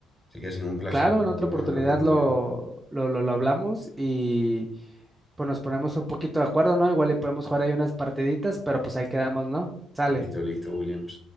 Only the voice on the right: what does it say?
Claro, en otra
oportunidad
lo, lo, lo, lo hablamos y pues nos ponemos un poquito de acuerdo, ¿no? Igual le podemos jugar ahí unas partiditas, pero pues ahí quedamos, ¿no? Sale.